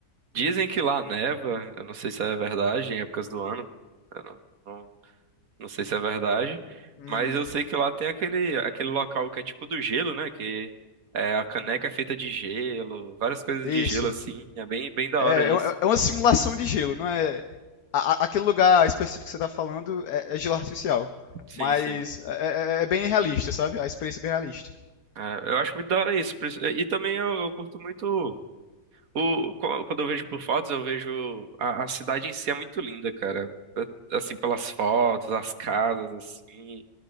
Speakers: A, on the right; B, on the left.
A: Dizem que lá neva, eu não sei se é verdade, em épocas do ano, eu não, não, não sei se é verdade,
B: Hum,
A: mas eu sei que lá tem aquele, aquele local que é tipo do gelo, né? Que é, a caneca é feita de gelo, várias coisas
B: isso.
A: de gelo assim, é bem, bem da
B: É,
A: hora isso.
B: é, uma é uma simulação de gelo, não é. a- a- aquele lugar específico que você tá falando é, é gelo artificial.
A: Sim,
B: Mas
A: sim.
B: é, é- é é bem realista, sabe? A experiência é bem realista.
A: É, eu acho muito da hora isso. pres- E também eu eu curto muito. O, qu- quando eu vejo por fotos, eu vejo a, a cidade em si é muito linda, cara. É, Assim, pelas fotos, as casas, assim,